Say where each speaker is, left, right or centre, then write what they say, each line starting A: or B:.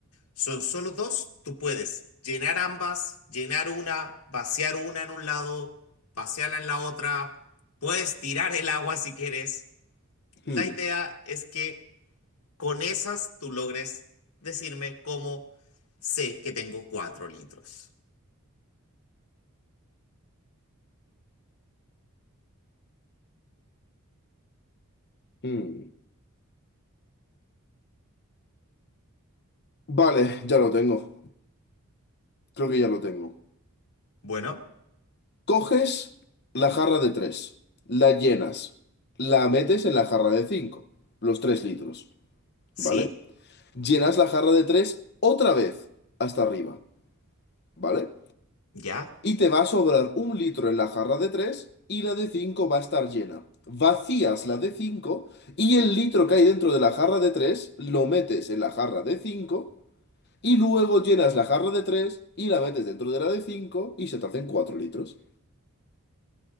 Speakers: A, on the left; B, on the left.
A: Son solo dos. Tú puedes llenar ambas, llenar una, vaciar una en un lado, vaciarla en la otra. Puedes tirar el agua si quieres. La
B: Hmm,
A: idea es que con esas tú logres decirme cómo sé que tengo cuatro litros.
B: hmm. Vale, ya lo tengo. Creo que ya lo tengo.
A: Bueno,
B: Coges la jarra de tres la llenas, la metes en la jarra de 5 los 3 litros,
A: sí,
B: ¿vale? Llenas la jarra de 3 otra vez hasta arriba, ¿vale?
A: ya,
B: Y te va a sobrar un litro en la jarra de 3 y la de 5 va a estar llena. Vacías la de 5 y el litro que hay dentro de la jarra de 3 lo metes en la jarra de 5 y luego llenas la jarra de 3 y la metes dentro de la de 5 y se te hacen 4 litros.